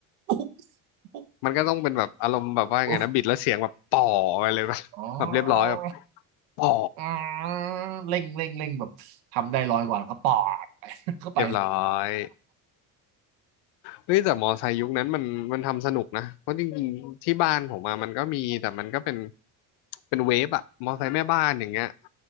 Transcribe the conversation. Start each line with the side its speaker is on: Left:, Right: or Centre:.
Right: ปุ๊บปุ๊บ
Left: มันก็ต้องเป็นแบบอารมณ์แบบว่าไงนะบิดแล้วเสียงแบบป่อไปเลยปะแบบเรียบร้อยแบบ
Right: ปุ๊บอ๋อ
Left: ป่อ
Right: อืมเร่งเร่งเร่งแบบทำได้ร้อยกว่าแล้วก็ปอด <laughs> เข้าไป
Left: เรียบร้อย เฮ้ยแต่มอไซค์ยุคนั้นมันมันทำสนุกนะเพราะจริงๆที่บ้านผมมามันก็มีแต่มันก็เป็นเป็นเวฟอะมอไซค์แม่บ้านอย่างเงี้ย